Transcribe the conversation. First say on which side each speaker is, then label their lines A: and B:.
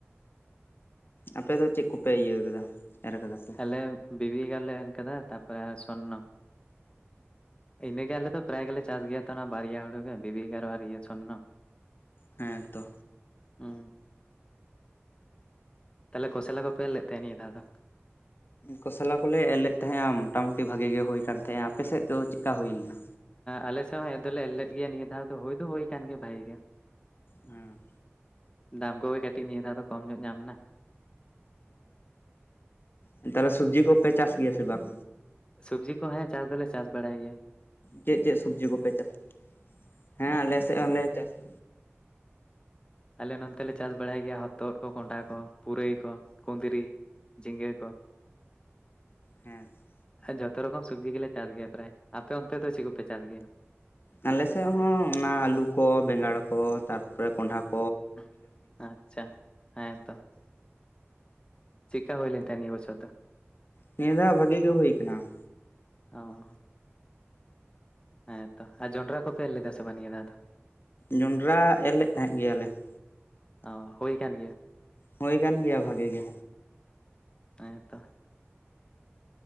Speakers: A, on the left; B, on the left.
A: ᱟᱯᱮ ᱫᱚ ᱪᱮᱫ ᱠᱚᱯᱮ ᱤᱭᱟᱹ ᱟᱠᱟᱫᱟ ᱮᱨ ᱟᱠᱟᱫᱟ ᱯᱮ?
B: ᱟᱞᱮ ᱵᱤᱵᱤ ᱮᱜᱟᱨᱚ ᱞᱮ ᱮᱢ ᱟᱠᱟᱫᱟ ᱛᱟᱯᱚᱨᱮ ᱟᱨ ᱥᱚᱨᱱᱚ ᱾ ᱤᱱᱟᱹᱜᱮ ᱟᱞᱮ ᱫᱚ ᱯᱨᱟᱭ ᱜᱮᱞᱮ ᱪᱟᱥ ᱜᱮᱭᱟ ᱛᱚ ᱚᱱᱟ ᱵᱟᱨᱭᱟ ᱦᱩᱲᱩ ᱜᱮ ᱵᱤᱵᱤ ᱮᱜᱟᱨᱚ ᱟᱨ ᱤᱭᱟᱹ ᱥᱚᱨᱱᱚ ᱾
A: ᱦᱮᱸ ᱛᱚ
B: ᱦᱩᱸ ᱛᱟᱦᱚᱞᱮ ᱠᱷᱚᱥᱞᱟ ᱠᱚᱯᱮ ᱮᱨ ᱞᱮᱫ ᱛᱟᱦᱮᱸ ᱱᱤᱭᱟᱹ ᱫᱷᱟᱣ ᱫᱚ?
A: ᱠᱷᱚᱥᱟᱞᱟ ᱠᱚᱞᱮ ᱮᱨ ᱞᱮᱫ ᱛᱟᱦᱮᱸᱭᱟ ᱢᱚᱴᱟ ᱢᱩᱴᱤ ᱵᱷᱟᱹᱜᱤ ᱜᱮ ᱦᱩᱭ ᱠᱟᱱ ᱛᱟᱦᱮᱸ ᱭᱟ, ᱟᱯᱮᱥᱮᱫ ᱫᱚ ᱪᱮᱠᱟ ᱦᱩᱭ ᱞᱮᱱᱟ?
B: ᱟᱞᱮ ᱥᱮᱫ ᱦᱚᱸ ᱮᱨ ᱫᱚᱞᱮ ᱮᱨ ᱞᱮᱫ ᱜᱮᱭᱟ ᱱᱤᱭᱟᱹ ᱫᱷᱟᱣ ᱫᱚ ᱦᱩᱭ ᱫᱚ ᱦᱩᱭ ᱠᱟᱱ ᱜᱮᱭᱟ ᱵᱷᱟᱜᱤ ᱜᱮ ᱾
A: ᱦᱮᱸ
B: ᱫᱟᱢ ᱠᱚᱜᱮ ᱠᱟᱹᱴᱤᱡ ᱱᱤᱭᱟᱹ ᱫᱷᱟᱣ ᱫᱚ ᱠᱚᱢ ᱧᱚᱜ ᱧᱟᱢ ᱮᱱᱟ ᱾
A: ᱦᱩᱸ ᱛᱟᱦᱚᱞᱮ ᱥᱩᱵᱡᱤ ᱠᱚᱯᱮ ᱪᱟᱥ ᱜᱮᱭᱟ ᱥᱮ ᱵᱟᱝ?
B: ᱥᱚᱵᱡᱤ ᱠᱚ ᱦᱮᱸ ᱪᱟᱥ ᱫᱚᱞᱮ ᱪᱟᱥ ᱵᱟᱲᱟᱭ ᱜᱮᱭᱟ ᱾
A: ᱪᱮᱫ ᱪᱮᱫ ᱥᱚᱵᱡᱤ ᱠᱚᱯᱮ ᱪᱟᱥ ᱦᱮᱸ ᱟᱞᱮ ᱥᱮᱫ ᱦᱚᱸᱞᱮ ᱪᱟᱥ ᱾
B: ᱟᱞᱮ ᱱᱚᱛᱮ ᱞᱮ ᱪᱟᱥ ᱵᱟᱲᱟᱭ ᱜᱮᱭᱟ ᱦᱚᱛᱚᱫ ᱠᱚ, ᱠᱚᱸᱰᱷᱟ ᱠᱚ, ᱯᱩᱨᱟᱹᱭ ᱠᱚ, ᱠᱩᱸᱫᱽᱨᱤ ᱾ ᱡᱷᱤᱸᱜᱟᱹ ᱠᱚ ᱾
A: ᱦᱮᱸᱛᱚ
B: ᱡᱚᱛᱚ ᱨᱚᱠᱚᱢ ᱥᱚᱵᱽᱡᱤ ᱜᱮᱞᱮ ᱪᱟᱥ ᱜᱮᱭᱟ ᱯᱨᱟᱭ ᱟᱯᱮ ᱚᱱᱛᱮ ᱫᱚ ᱪᱮᱫ ᱠᱚᱯᱮ ᱪᱟᱥ ᱜᱮᱭᱟ?
A: ᱟᱞᱮ ᱥᱮᱫ ᱦᱚᱸ ᱚᱱᱟ ᱟᱹᱞᱩ ᱠᱚ ᱵᱮᱸᱜᱟᱲ ᱠᱚ ᱛᱟᱨᱯᱚᱨᱮ ᱠᱚᱸᱰᱷᱟ ᱠᱚ ᱾
B: <inaudible> ᱟᱪᱪᱷᱟ ᱦᱮᱸᱛᱚ ᱾ ᱪᱮᱜᱠᱟ ᱦᱩᱭᱞᱮᱱ ᱛᱟᱦᱮᱱ ᱱᱤᱭᱟᱹ ᱵᱚᱪᱷᱚᱨ ᱫᱚ?
A: ᱱᱤᱭᱟᱹ ᱫᱷᱟᱣ ᱵᱷᱟᱹᱜᱤ ᱜᱮ ᱦᱩᱭ ᱟᱠᱟᱱᱟ ᱾
B: ᱚ ᱦᱮᱸᱛᱚ ᱟᱨ ᱡᱚᱸᱰᱽᱨᱟ ᱠᱚᱯᱮ ᱮᱨ ᱞᱮᱫᱟ ᱥᱮ ᱵᱟᱝ ᱱᱤᱭᱟᱹ ᱫᱟᱣ ᱫᱚ?
A: ᱡᱚᱸᱰᱽᱨᱟ ᱮᱨ ᱞᱮᱫ ᱛᱟᱦᱮᱸᱫ ᱜᱮᱭᱟᱞᱮ ᱾
B: ᱚ ᱦᱩᱭ ᱠᱟᱱ ᱜᱮᱭᱟ ᱾
A: ᱦᱩᱭ ᱠᱟᱱ ᱜᱮᱭᱟ ᱵᱷᱟᱹᱜᱤ ᱜᱮ᱾
B: ᱦᱮᱸᱛᱚ ᱾